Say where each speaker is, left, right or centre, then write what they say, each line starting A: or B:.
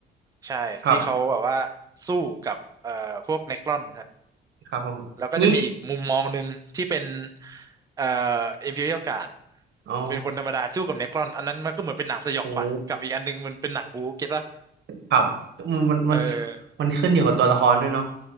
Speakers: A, on the right; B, on the right.
A: ใช่ที่เขาแบบว่า
B: ครับ
A: สู้กับเอ่อพวกเนครอน
B: ครับผมงี้
A: แล้วก็จะมีอีกมุมมองหนึ่งที่เป็นเอ่อ Imperial Guard
B: อ๋อ
A: เป็นคนธรรมดาสู้กับเนครอนอันนั้นมันก็เหมือนเป็นหนังสยองขวัญกับอีกอันหนึงมันเป็นหนังบู๊เก็ตป่ะ
B: โอ้ครับมันมันมัน
A: เออ
B: มันขึ้นอยู่กับตัวละครด้วยเนาะ